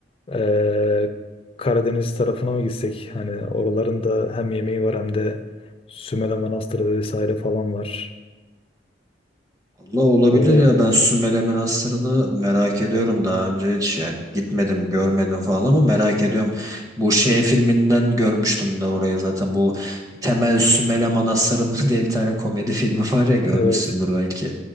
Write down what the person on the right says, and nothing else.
Allah olabilir
ya ben Sümele Manastırı'nı merak ediyorum daha önce hiç yani gitmedim görmedim falan ama merak ediyorum. Bu şey filminden görmüştüm de orayı zaten bu Temel Sümele Manastırı'nın <laughs> diye bir tane komedi filmi var ya görmüşsündür
belki.